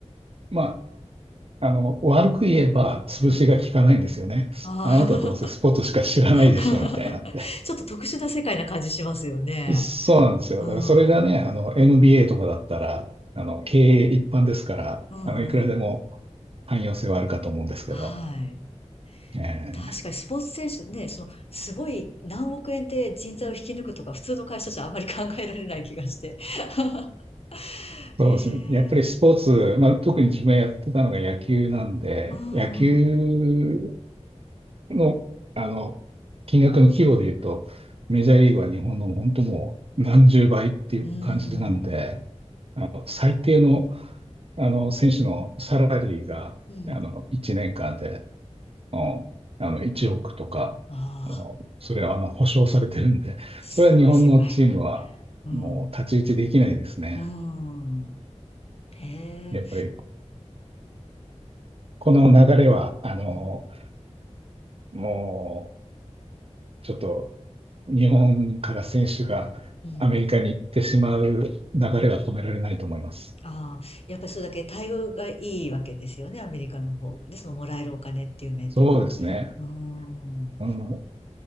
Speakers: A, on the right; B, on the left.
A: まあ、あの、悪く言えば潰しが効かないんですよね。
B: うん。あ
A: あなたはどうせスポーツしか知らないでしょ、
B: あ <laughs>
A: みたいなんて。
B: ちょっと特殊な世界な感じしますよね。
A: そうなんですよ。
B: うん。
A: だからそれがね、
B: うん。
A: あの、MBA とかだったら、あの、経営一般ですから、
B: うんうん。
A: あの、いくらでも汎用性はあるかと思うんですけど、
B: はい。
A: ええ
B: 確かにスポーツ選手ね、その、すごい何億円で人材を引き抜くとか、普通の会社じゃあまり考えられない気がして。<laughs>
A: そうですね。
B: へえ。
A: やっぱりスポーツ、まあ、特に自分がやってたのが野球なんで、
B: うん。
A: 野球
B: う
A: の、あの、金額の規模で言うと、メジャーリーグは日本の本当もう何十倍っていう感じなんで、
B: ん。
A: 最低の、あの選手のサラリーがあの1年間で
B: うん。
A: うんあの、1億とか、
B: ああ、
A: あのそれはあの保証されてるんで、
B: すごい世界。
A: それは日本のチームはもう太刀打ちできないですね。
B: うん。うん。へえ。
A: やっぱりこの流れは、あの、
B: うん。
A: もうちょっと日本から選手がアメリカに行ってしまう流れは止められないと思います。
B: うん。ああ、やっぱりそれだけ待遇がいいわけですよね、アメリカの方がね、そのもらえるお金っていう面では。
A: そうですね。
B: うーん、
A: うん、